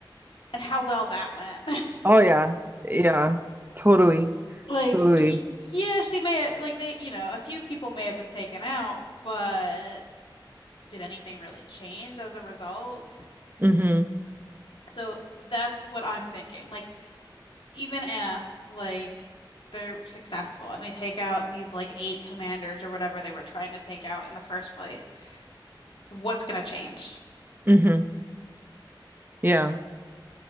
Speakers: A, on the left; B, on the right.
A: and how well that went. <laughs>
B: oh yeah, yeah, totally,
A: Like
B: totally.
A: y yeah, she may like they, you know, a few people may have been taken out, but did anything really change as a result?
B: hmm
A: So that's what I'm thinking. Like even if like they're successful and they take out these like eight commanders or whatever they were trying to take out in the first place, what's gonna change?
B: hmm Yeah.